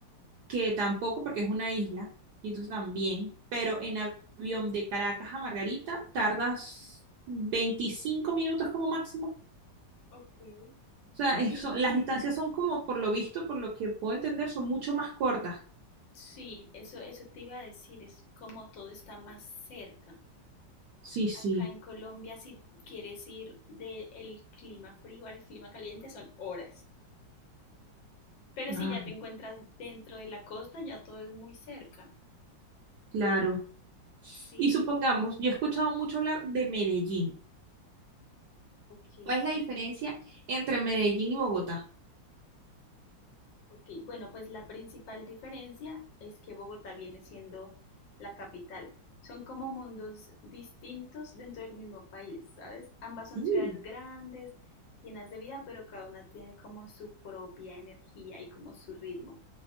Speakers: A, on the right; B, on the left.
A: que tampoco porque es una isla, y entonces también, pero en avión de Caracas a Margarita tardas 25 minutos como máximo.
B: ok.
A: O sea, eso,
B: Y
A: las distancias son como, por lo visto, por lo que puedo entender, son mucho más cortas.
B: sí, eso, eso te iba a decir, es como todo está más cerca.
A: Sí, sí.
B: Acá en Colombia, si quieres ir del clima frío al clima caliente, son horas. Pero
A: Ah,
B: si ya te encuentras dentro de la costa, ya todo es muy cerca.
A: claro.
B: Sí,
A: Y supongamos, yo he escuchado mucho hablar de Medellín.
B: Ok,
A: ¿Cuál es la diferencia entre Medellín y Bogotá?
B: ok. Bueno, pues la principal diferencia es que Bogotá viene siendo la capital. Son como mundos distintos dentro del mismo país, ¿sabes? Ambas
A: Sí.
B: son ciudades grandes, llenas de vida, pero cada una tiene como su propia energía y como su ritmo.